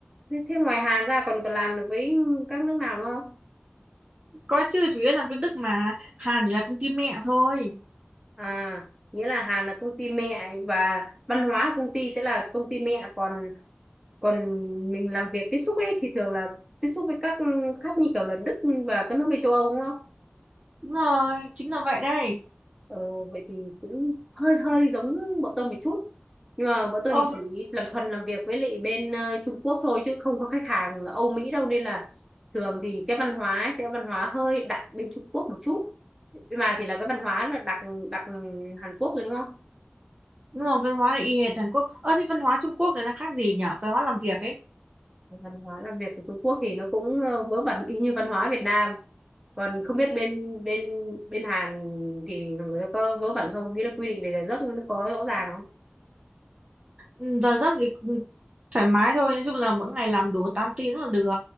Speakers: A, in the centre; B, on the right.
A: thế, thế ngoài Hàn ra còn còn làm được với các nước nào nữa không
B: Có chứ, chủ yếu làm cho Đức mà. Hàn chỉ là công ty mẹ thôi.
A: à nghĩa là Hàn là công ty mẹ và văn hóa công ty sẽ là công ty mẹ còn còn mình làm việc tiếp xúc ấy thì thường là tiếp xúc với các khác như kiểu là Đức và các nước bên châu Âu đúng không
B: Đúng rồi, chính là vậy đây.
A: Ờ, vậy thì cũng hơi hơi giống bọn tôi một chút nhưng mà bọn tôi
B: Ô,
A: thì chỉ làm phần làm việc với lại bên ờ, Trung Quốc thôi chứ không có khách hàng Âu Mỹ đâu nên là thường thì cái văn hóa ấy sẽ văn hóa hơi đặc bên Trung Quốc một chút nhưng mà thì là cái văn hóa là đặc đặc Hàn Quốc rồi đúng không
B: đúng rồi, văn hóa là y hệt Hàn Quốc. Ơ, thế văn hóa Trung Quốc người ta khác gì nhỉ? Văn hóa làm việc ấy.
A: văn hóa làm việc của Trung Quốc thì nó cũng ờ, vớ vẩn y như văn hóa Việt Nam còn không biết bên bên bên Hàn thì người có vớ vẩn không nghĩa là quy định về giờ giấc nó có rõ ràng không
B: Ừ, giờ giấc thì cũng thoải mái thôi nói chung là mỗi ngày làm đủ 8 tiếng là được